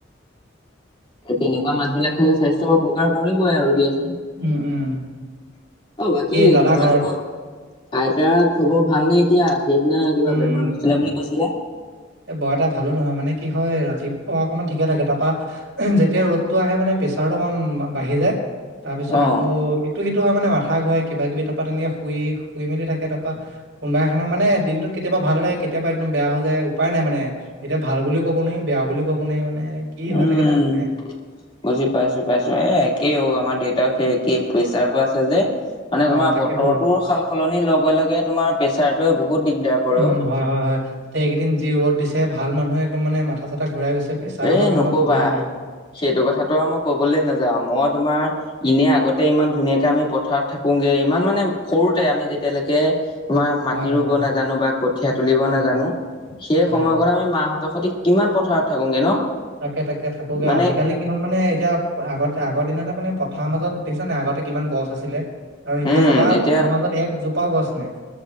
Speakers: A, on the left; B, on the right.
A: এ', তেনেকুৱা মাছ বিলাক খালে স্বাস্থ্যৰ অপকাৰ কৰিবই আৰু দিয়াচোন অ',
B: উম উম
A: বাকী
B: দাদা
A: তোমালোকৰ
B: ঘৰত
A: আইতাৰাৰ খবৰ ভালনে এতিয়া সেইদিনা কিবা
B: উম,
A: বেমাৰ হৈছিলে বুলি কৈছিলে।
B: এ', বৰ এটা ভালো নহয় মানে কি হয়। ৰাতিপুৱা অকমান ঠিকে থাকে। তাৰপা যেতিয়া ৰ'দটো আহে মানে প্ৰেচাৰটো অকমান বাঢ়ি যায়। তাৰ পিছত
A: কৈছিলে অ
B: আকৌ তো সেইটো হয় মানে মাথা ঘূৰাই কিবা কিবি তাৰপা তেনেকে শুই শুই মেলি থাকে। তাৰপা কোনোবা এখনৰ মানে দিনটোত কেতিয়াবা ভাল হৈ থাকে। কেতিয়াবা একদম বেয়া হৈ যায়। উপাই নাই, মানে এতিয়া ভাল বুলিও ক'ব নোৱাৰি, বেয়া বুলি ক'ব নোৱাৰি, মানে কি হৈ
A: উম',
B: থাকে ঠিক নাই
A: বুজি পাইছো। পাইছো। এ, একেই অ, আমাৰ দেউতাৰ সেই একেই প্ৰেচাৰটো আছে যে, মানে
B: অ
A: তোমাৰ
B: তাকেতো
A: বতৰটো সাল সলনিৰ লগে। লগে। তোমাৰ প্ৰেচাৰটোৱে বহুত দিগদাৰ কৰেও
B: উম হয়। হয়। হয়। তে এইকেইদিন যি ৰ'দ দিছে। ভাল মানুহে একদম মানে মাথা মাথা চাথা ঘূৰাই গৈছে। প্ৰেচাৰ থকা
A: এ
B: মানুহ
A: নকবা
B: ক'বই নালাগে।
A: সেইটো কথাটো আৰু মই কবলৈ নাযাওঁ। মই তোমাৰ এনে আগতে ইমান ধুনীয়াকে আমি পথাৰত থাকোগে ইমান মানে সৰুতে আমি যেতিয়ালৈকে তোমাৰ মাটি
B: হয় হয়
A: ৰুব
B: হয় হয়
A: নাজানো বা কঠীয়া তুলিব
B: হয়
A: নাজানো।
B: হয়
A: সেই
B: হয়
A: সময়ৰ
B: হয়
A: কণ আমি মাহঁতৰ সৈতে কিমান পথাৰত থাকোংগে ন
B: তাকে তাকে থাকোগে
A: মানে
B: আজিকালি কি হল মানে এতিয়া আগত আগৰ দিনা তাৰ মানে পথাৰ মাজত দেখিছা নে নাই। আগতে কিমান গছ আছিলে। আৰু এতিয়া
A: উম
B: চাবা
A: এতিয়া
B: পথাৰৰ মাজত একজোপাও গছ নাই।